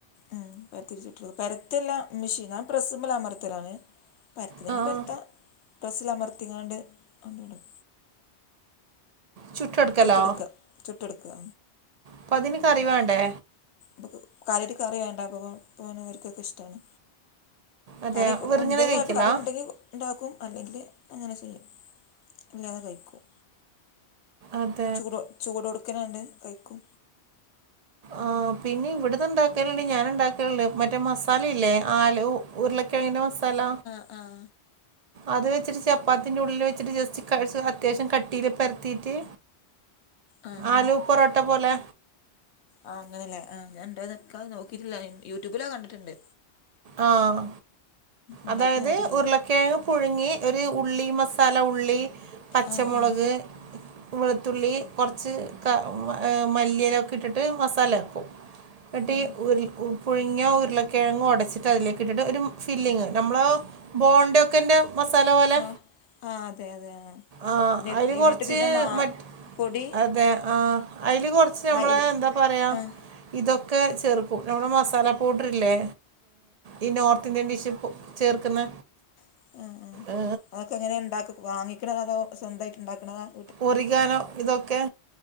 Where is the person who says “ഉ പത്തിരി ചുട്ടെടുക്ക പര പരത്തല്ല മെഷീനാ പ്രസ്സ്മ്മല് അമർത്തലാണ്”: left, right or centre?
Left